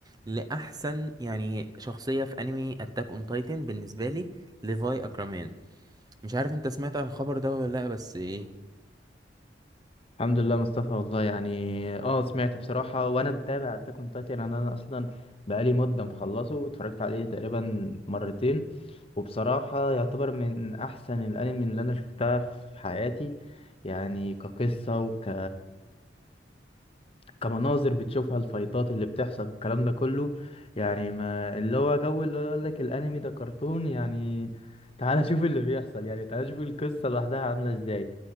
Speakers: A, on the right; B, on the left.
A: لاحسن يعني شخصية في انمي اتاك اون تايتن بالنسبة لي ليفاي اكرمان مش عارف انت سمعت عن الخبر ده ولا لا بس ايه
B: الحمد لله مصطفى والله يعني اه سمعت بصراحة وانا متابع اتاك اون تايتن انا انا اصلا بقالي مدة مخلصه اتفرجت عليه تقريبا مرتين وبصراحة يعتبر من احسن الانمي اللي انا شفتها في حياتي يعني كقصة وك كمناظر بتشوفها الفايتات اللي بتحصل الكلام ده كله يعني ما اللي هو جو اللي يقول لك الانمي ده كرتون يعني تعالى شوف اللي بيحصل يعني تعالى شوف القصة لوحدها عاملة ازاي